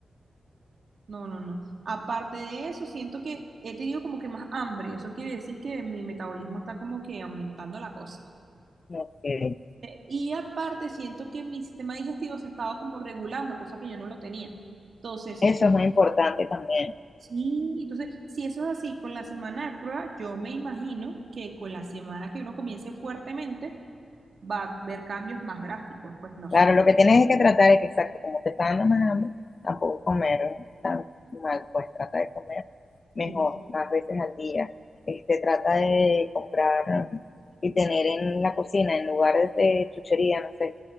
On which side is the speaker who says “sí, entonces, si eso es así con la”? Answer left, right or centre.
Right